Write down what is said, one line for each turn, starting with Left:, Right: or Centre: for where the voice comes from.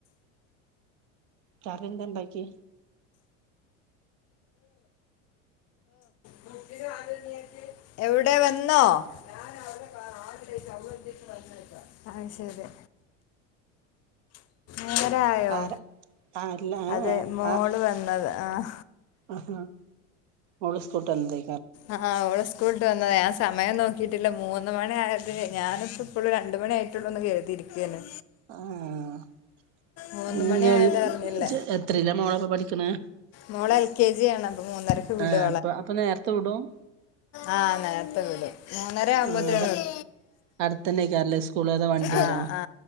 Right: കറ്യന്തേ ഇണ്ടാക്കി?
Left: <unintelligible> എവടെ വന്നോ <unintelligible> <unintelligible> ആ ശരി നേരായോ
Right: ആര ആരെല്ലാ <unintelligible>
Left: അതെ മോള്
Right: ആ
Left: വന്നത് ആഹ്
Right: ആഹ ഓള് ഉസ്കോട്ട് വന്നതേ
Left: ആ ആ ഓള് സ് ‌ സ്കൂളിട്ട വന്നതേ. ഞാൻ സമയം നോക്കിട്ടില്ല. മൂന്ന് മണിയായതേ ഞാനിപ്പപ്പളും രണ്ട് മണിയായിട്ടുള്ളൂന്ന് കരുതി. ഇയ്ക്ക്ന്നേ
Right: ആ <unintelligible>
Left: മൂന്ന് മണി ആയത് അറിഞ്ഞില്ല
Right: ഇജ്ജ് എത്രയില മോളെപ്പോ പഠിക്ക്ണേ?
Left: മോള് എൽ കെ ജി ആണ് അപ്പൊ മൂന്നരക്ക് വിടും
Right: ആ അപ്പ അപ്പ നേരത്തെ വിടും
Left: ആ നേരത്തെ വിടും. മൂന്നരാവുമ്പത്തേം
Right: അവിടെ
Left: വിടും
Right: അടുത്തന്നെക്കാരല്ലേ സ്കൂള് അതോ വണ്ടിയിലോ
Left: ആ ആ